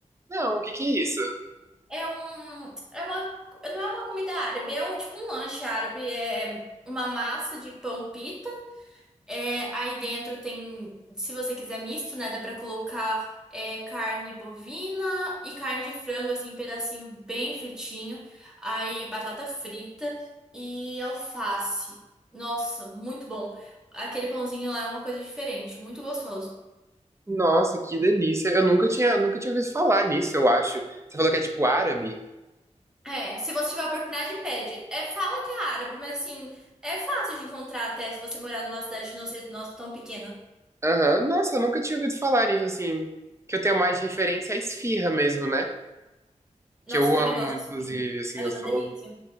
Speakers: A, on the right (about 20°); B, in the centre.
A: Não, o que que é isso?
B: É um, é uma, não é uma comida árabe, é um tipo um lanche árabe, é uma massa de pão pita. É, aí dentro tem, se você quiser misto, né, dá pra colocar é, carne bovina e carne de frango assim, pedacinho bem fritinho. Aí batata frita e alface. Nossa, muito bom. Aquele pãozinho lá é uma coisa diferente, muito gostoso.
A: Nossa, que delícia. Eu nunca tinha, nunca tinha ouvido falar nisso, eu acho. Você falou que é tipo árabe?
B: É, se você tiver oportunidade, pede. É, fala que é árabe, mas assim, é fácil de encontrar até se você morar numa cidade que não seja nossa, tão pequena.
A: Aham. Nossa, eu nunca tinha ouvido falar nisso, assim. Que eu tenho mais de referência à esfirra mesmo, né?
B: Nossa,
A: Que eu
B: eu também
A: amo,
B: gosto
A: inclusive,
B: de
A: assim,
B: Acho
A: eu sou.
B: uma delícia.